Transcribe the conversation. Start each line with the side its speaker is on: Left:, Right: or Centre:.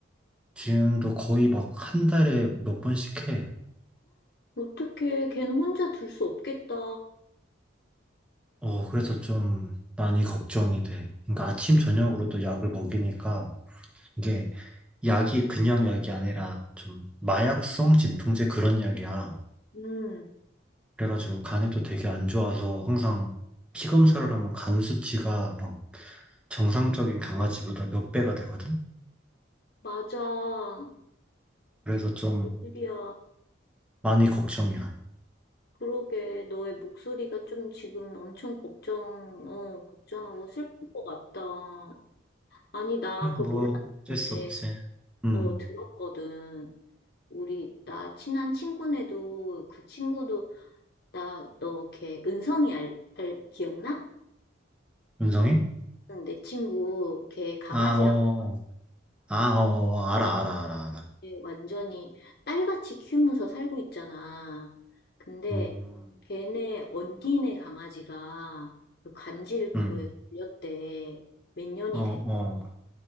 Centre: 지금도 거의 막 한 달에 몇 번씩 해.
Left: 어떡해. 걔는 혼자 둘 수 없겠다.
Centre: 어, 그래서 좀 많이 걱정이 돼. 그러니까 아침, 저녁으로도 약을 먹이니까 이게 약이 그냥 약이 아니라 좀 마약성 진통제 그런 약이야.
Left: 응,
Centre: 그래가지고 간에도 되게 안 좋아서 항상 피 검사를
Left: 맞아.
Centre: 하면 간 수치가 막 정상적인 강아지보다 몇 배가 되거든?
Left: 맞아. 어,
Centre: 그래서 좀
Left: 웬일이야.
Centre: 많이 걱정이야.
Left: 그러게, 너의 목소리가 좀 지금 엄청 걱정, 어, 걱정하고 슬픈 것 같다. 아니, 나
Centre: 에,
Left: 그거
Centre: 뭐,
Left: 몰랐는데,
Centre: 어쩔 수 없지. 음,
Left: 어, 들었거든. 우리, 나 친한 친구네도, 그 친구도, 나, 너, 걔, 은성이 알, 알, 기억나?
Centre: 윤성이?
Left: 응, 내 친구, 걔 강아지랑,
Centre: 아, 어. 아, 어, 어, 알아, 알아, 알아, 알아.
Left: 이제 완전히 딸같이 키우면서 살고 있잖아. 근데
Centre: 음,
Left: 걔네 언니네 강아지가 그 간질 그거에
Centre: 응,
Left: 걸렸대. 몇 년이
Centre: 어,
Left: 됐
Centre: 어.